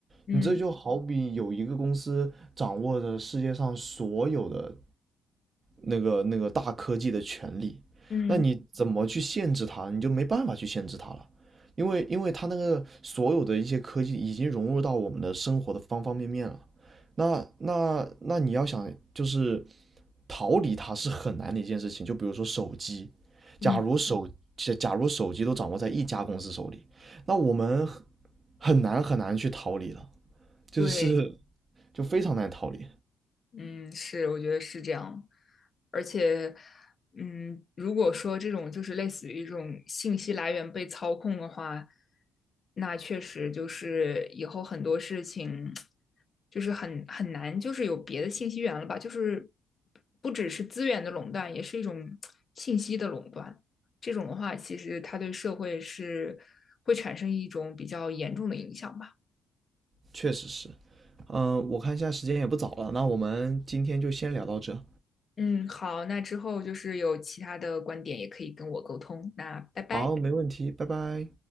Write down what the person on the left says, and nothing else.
嗯
嗯
嗯，
对。
嗯，是，我觉得是这样，而且，嗯，如果说这种就是类似于一种信息来源被操控的话，那确实就是以后很多事情就是很很难，就是有别的信息源了吧，就是不只是资源的垄断，也是一种信息的垄断。这种的话，其实它对社会是会产生一种比较严重的影响吧。
嗯，好，那之后就是有其他的观点也可以跟我沟通，那拜拜。